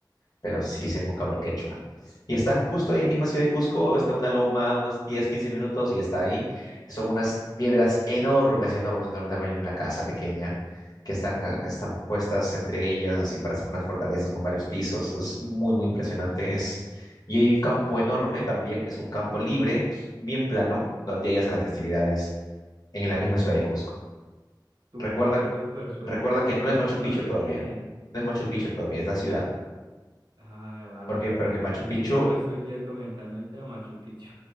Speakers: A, on the left; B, on the right.
A: pero sí es en vocablo quechua. Y está justo ahí en misma ciudad de Cusco, está una loma, unos 10, 15 minutos y está ahí. Son unas piedras enormes, enormes, enormes, tamaño de una casa pequeña, que están, ah, están puestas entre ellas, así para hacer unas fortalezas con varios pisos. Es muy, muy impresionante. Es... Y hay un campo enorme también, es un campo libre, bien plano, donde ellas hacen las festividades en la misma ciudad de Cusco.
B: Súper,
A: Recuerda,
B: súper, suena,
A: recuerda que
B: suena,
A: no es Machu
B: suena
A: Picchu
B: re
A: todavía.
B: bien.
A: No es Machu Picchu todavía, es la ciudad.
B: Ah, vale,
A: Porque,
B: vale,
A: porque
B: vale.
A: Machu
B: Sí,
A: Picchu,
B: yo ya me estoy yendo mentalmente a Machu Picchu.